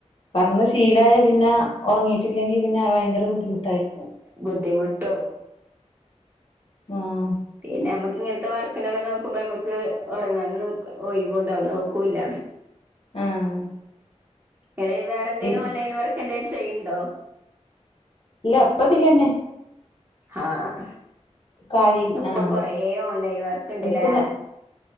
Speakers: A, on the left (about 50°); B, on the right (about 15°).
A: കട്ന്ന്ശീലായ പിന്നെ ഒറങ്ങിയിട്ടില്ലെങ്കിൽ പിന്നെ അത്‌ ഭയങ്കര ബുദ്ധിമുട്ടായിരിക്കും.
B: ബുദ്ധിമുട്ടാവും
A: ആഹ്
B: പിന്നെ ഞമ്മക്ക് ഇങ്ങൻത്തെ വർക്കിനൊക്കെ നോക്കുമ്പൊ ഞമ്മക് ഒറങ്ങാനൊന്നും ഒയ്‌വ്ണ്ടോ ന്ന് നോക്കൂല്ല.
A: ആഹ്
B: ങ്ങള് വേറെന്തേലും
A: ഇല്ല
B: ഓൺലൈൻ വർക്കെന്തേം ചെയ്യ്ണ്ടോ
A: ഇല്ല ഇപ്പതിലെന്നെ
B: ആഹ്
A: കാര്യ
B: ഇപ്പൊ
A: ആഹ്
B: കൊറേ ഓൺലൈൻ വർക്ക് ഇണ്ട്
A: എനിക്കും
B: ല്ലേ